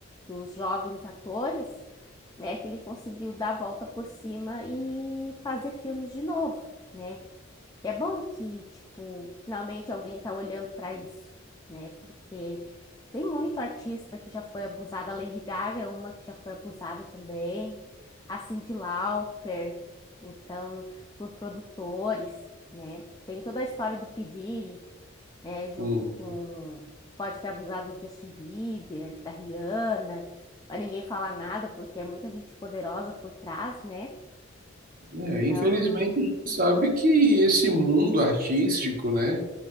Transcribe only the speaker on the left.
dos jovens atores, né? Que ele conseguiu dar a volta por cima e fazer filmes de novo, né? Que é bom que, tipo, finalmente alguém tá olhando para isso, né? Porque tem muito artista que já foi abusada. A Lady Gaga é uma que já foi abusada também. A Cyndi Lauper. Então, por produtores, né? Tem toda a história do P. Diddy, né? Junto
com... Pode ter abusado do Justin Bieber, da Rihanna. Mas ninguém fala nada porque é muita gente poderosa por trás, né?
Então,